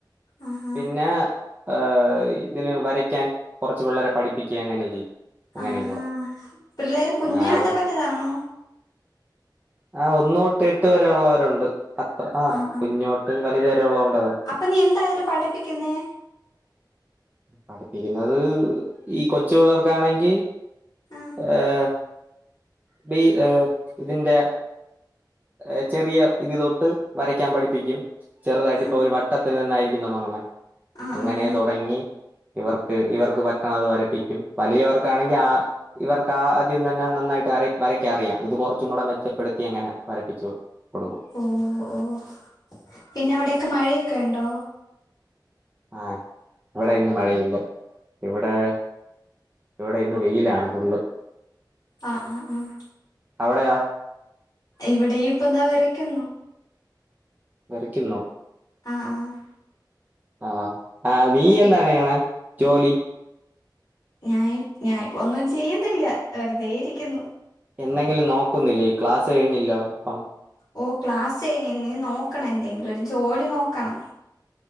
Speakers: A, on the left (about 55°); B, on the right (about 20°).
A: ആ ആ
B: പിന്നെ ആഹ് ഇതിന് വരയ്ക്കാൻ കൊറച്ച് പിള്ളേരെ പഠിപ്പിക്ക അങ്ങനെ ചെയ്യും. അങ്ങനെയും
A: ആഹാ!
B: കൂടെ
A: പിള്ളേര് കുഞ്ഞാ
B: ആഹ് അത്
A: അതാ വലുതാണോ?
B: ആ, ഒന്നോട്ട് എട്ട് വരെ ഉള്ളവരുണ്ട്. അത്ര ആ
A: ആഹ് ആഹ്
B: കുഞ്ഞോട്ട് വലതു വരെ ഉള്ളത് ഉണ്ട <unintelligible>
A: അപ്പൊ നീ എന്താ അതില് പഠിപ്പിക്കുന്നേ?
B: പഠിപ്പിക്കുന്നത് ഈ കൊച്ചു പിള്ളേർക്കാണെങ്കി
A: ആഹ്
B: ഏഹ് ബി ഹെ ഇതിന്റെ ഏഹ് ചെറിയ ഇത് തൊട്ട് വരക്കാൻ പഠിപ്പിക്കും. ചെറുതായിട്ട്
A: ആഹ്
B: ഇപ്പൊ
A: ആഹ്
B: ഒരു വട്ടത്തിൽ നിന്നായിരിക്കും തുടങ്ങുന്നേ.
A: ആഹ്
B: അങ്ങനെ
A: ആഹ് ആഹ്
B: തുടങ്ങി ഇവർക്ക് ഇവർക്ക് പറ്റണത് വരപ്പിക്കും. വലിയവർക്കാണെങ്കിൽ ആ ഇവർക്ക് ആദ്യം തന്നെ നന്നായിട്ട് വര വരക്ക അറിയാം. ഇത് കൊർച്ചും കൂടെ മെച്ചപ്പെടുത്തി അങ്ങനെ വരു പ്പിച്ച് കൊടുക്കും
A: ഓഹ് ഓഹ് പിന്നെ അവിടെക്കെ മഴയൊക്കെ ഉണ്ടോ?
B: ആഹ് ഇവിടെ ഇന്നും മഴയില്ല. ഇവിടെ ഇവിടെ ഇന്ന് വെയിലാണ് ഫുള്ള്.
A: ആഹ് ആഹ് ആഹ്
B: അവിടെയാ
A: ഇവിടെയും ഇപ്പതാ വരക്കുന്നു.
B: വെരയ്ക്കുന്നോ?
A: ആഹ് ആഹ്.
B: ആഹ് ആ നീ
A: പി
B: എന്താണ് ചെയ്യണ് ജോലി?
A: ഞാൻ, ഞാ ഇപ്പോ ഒന്നും ചെയ്യുന്നില്ല വെറുതെ ഇരിക്കുന്നു.
B: എന്നെങ്കിലും നോക്കുന്നില്ലേ ക്ലാസ് കഴിഞ്ഞല്ലോ? അപ്പം.
A: ഓഹ് ക്ലാസഴ്ഞ്ഞ്. നി നോക്കണം എന്തെങ്കിലും ഒരു ജോലി നോക്കണം.